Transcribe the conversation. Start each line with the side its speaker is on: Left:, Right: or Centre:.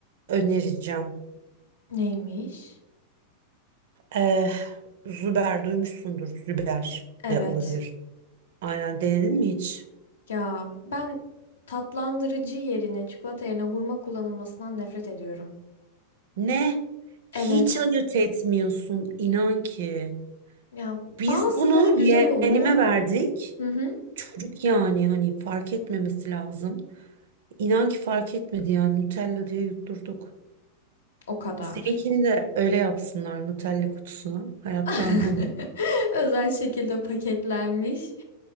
Right: önereceğim.
Left: Neymiş?
Right: Eh, Züber duymuşsundur. Züber
Left: Evet.
Right: de olabilir. Aynen denedin mi hiç?
Left: Ya ben tatlandırıcı yerine çikolata yerine hurma kullanılmasından nefret ediyorum.
Right: Ne?
Left: Evet.
Right: Hiç ayırt etmiyorsun inan ki.
Left: Ya
Right: Biz
Left: bazıları
Right: bunu
Left: güzel
Right: yeğenime
Left: oluyor
Right: verdik.
Left: da. Hı hı.
Right: Çocuk yani hani fark etmemesi lazım. İnan ki fark etmedi yani Nutella diye yutturduk.
Left: O kadar.
Right: Seninkini de öyle yapsınlar Nutella kutusuna. Hayatta
Left: <laughs>
Right: anlamı.
Left: Özel şekilde paketlenmiş.